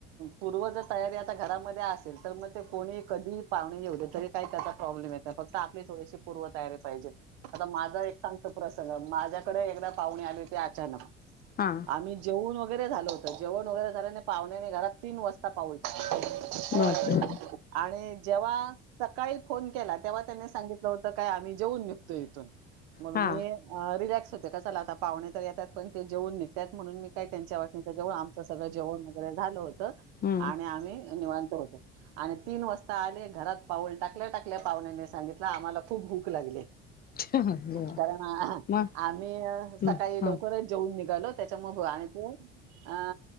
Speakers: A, on the right (about 70°); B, on the left (about 30°).
A: पूर्व जर तयारी आता घरामध्ये असेल तर मग ते कोणीही कधीही पाहणे येऊ दे तरी काही त्याचा प्रॉब्लेम येत नाही, फक्त आपली थोडीशी पूर्व तयारी पाहिजे. आता माझा एक सांगते प्रसंग, माझ्याकडे एकदा पाहुणे आले होते, अचानक
B: हा
A: आम्ही जेवूण वगैरे झालं होतं. जेवण वगैरे झाल्याने पाहण्याने घरात तिन वाजता पा <unintelligible>
B: बापरे!
A: आणि जेव्हा सकाळी फोन केला, तेव्हा त्यानी सांगितलं होतं काय आम्ही जेवून निघतो इथून, मग
B: हा
A: मी अ रिलॅक्स होते, का चला आता पाव्हणे तर येतात. पण ते जेवून निघतायत म्हणून मी काय त्यांच्या वाटणीचं जेवण, आमचं सगळं जेवण वगैरे झालं होतं.
B: हम्म.
A: आणि आम्ही निवांत होतो. आणि तीन वाजता आले घरात पाऊल टाकल्या टाकल्या पाहुण्यांनी सांगितलं आम्हाला खूप भूक लागलीये.
B: देवा
A: कारण
B: मग
A: आम्ही
B: मग
A: सकाळी
B: हा
A: लव करच जेवून निघालो त्याच्यामुळे आणि ते अ